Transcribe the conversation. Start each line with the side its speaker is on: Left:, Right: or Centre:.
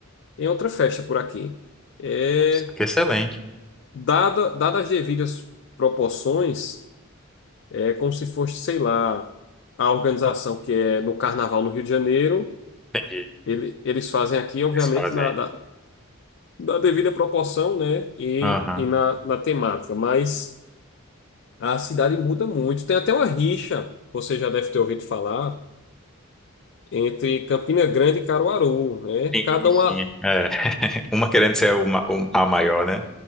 Left: em outra festa por aqui. É,
Centre: Nossa, que excelente.
Left: dada, dadas as devidas proporções, é como se fosse, sei lá, a organização que é no Carnaval no Rio de Janeiro,
Centre: Entendi. o
Left: ele- eles fazem aqui, obviamente,
Centre: que Eles fazem.
Left: na,
Centre: aí.
Left: na, na devida proporção, né? E,
Centre: Aham.
Left: e na, na temática, mas a cidade muda muito. Tem até uma rixa, você já deve ter ouvido falar, entre Campina Grande e Caruaru, né?
Centre: Sim,
Left: Cada
Centre: sim.
Left: uma.
Centre: É. <laughs> Uma querendo ser o ma- o- a maior, né?